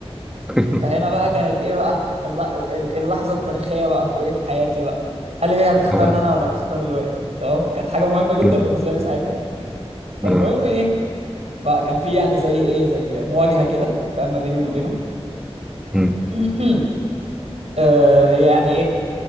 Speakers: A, in the centre; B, on the right (about 80°).
A: <laughs>
B: فهنا بقى كانت ايه بقى الل- ال- اللحظه التاريخيه بقى في ايه في حياتي بقى هل هي هتختارني
A: آه.
B: انا ولا هتختار الواد تمام كانت حاجه مهمه جدا
A: مم.
B: بالنسبه لي ساعتها يعني فالمهم
A: آه.
B: ايه فكان في يعني زي ايه زي مواجهه كده فاما بيني وما بينه
A: مم.
B: <clears throat> آه، هي يعني ايه